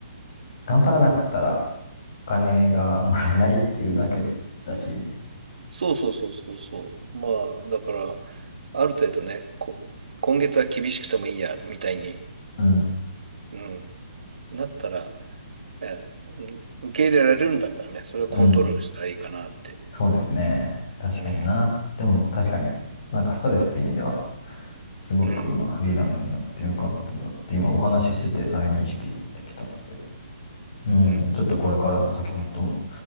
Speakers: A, on the left (about 30°); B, on the right (about 60°).
A: 頑張らなかったら、お金がもらえないっていうだけだし、
B: そうそうそうそうそう。まあ、だから、ある程度ね、こ、今月は厳しくてもいいや、みたいに、
A: うん、
B: うん、なったら、ね、うん受け入れられるんだったらね、それをコントロールしたらいいかなって。
A: うん、そうですね。確かにな。
B: うん、
A: でも確かに、なんかストレスって意味では、すごく今フリーランスになってよかったんだって今お話ししてて再認識できたんで、
B: うん、
A: うん、
B: うん。
A: ちょっとこれからの先のことも